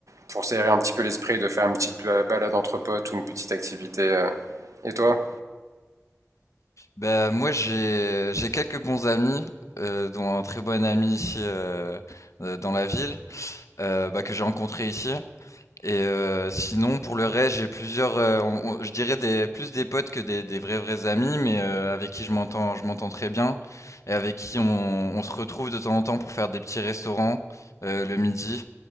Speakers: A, on the right; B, on the left.
A: pour s'aérer un petit peu l'esprit, de faire une petite balade entre potes ou une petite activité. euh. Et toi?
B: Bah moi j'ai j'ai quelques bons amis, euh, dont un très bon ami ici euh, euh, dans la ville, euh, bah, que j'ai rencontré ici. Et heu, sinon pour le reste, j'ai plusieurs, heu, on on je dirais des plus des potes que des des vrais, vrais amis, mais heu, avec qui je m'entends je m'entends très bien et avec qui on on se retrouve de temps en temps pour faire des petits restaurants, heu, le midi,